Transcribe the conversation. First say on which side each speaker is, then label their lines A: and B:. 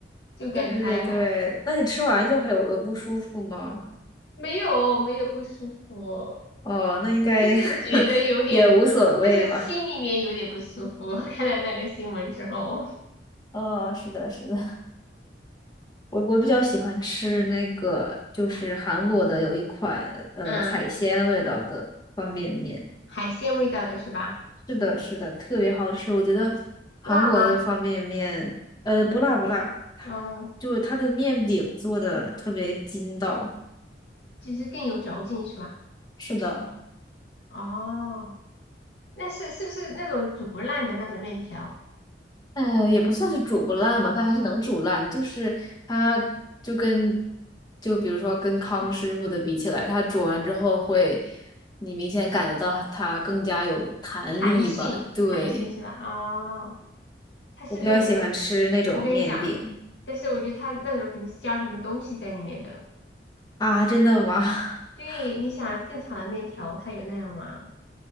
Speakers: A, on the left; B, on the left.
A: 就感觉还还
B: 对对对，那你吃完就还有有不舒服吗？
A: 没有没有不舒服，
B: 哦，那应该
A: 就是觉得有点，
B: <laughs> 也无所谓吧。
A: 就是心里面有点不舒服。<laughs> 看了那个新闻之后，
B: 哦，是的，是的，我我比较喜欢吃那个就是韩国的有一款呃海鲜味道的方便面，
A: 嗯，海鲜味道的是吧？
B: 是的，是的，特别好吃，我觉得韩国的方便面呃不辣不辣。
A: 辣吗？嗯，
B: 就是它的面饼做的特别筋道。
A: 就是更有嚼劲是吧？
B: 是的，
A: 哦。那是是不是那种煮不烂的那种面条？
B: 呃，也不算是煮不烂吧，它还是能煮烂，就是它就跟就比如说跟康师傅的比起来，
A: 嗯，
B: 它煮完之后会，你明显感觉到它更加有弹力吧？
A: 韩系，
B: 对，
A: 韩系是吧？哦，它是不是里面？
B: 我比较喜欢吃那种面饼
A: 我跟你讲，但是我觉得它那种肯定是加了什么东西在里面的。
B: 啊，真的吗？<laughs>
A: 对，你想正常的面条，它有那样吗？